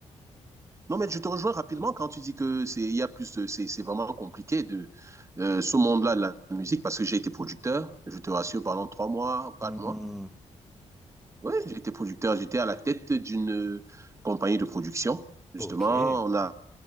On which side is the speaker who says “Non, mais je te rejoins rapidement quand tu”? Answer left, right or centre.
Right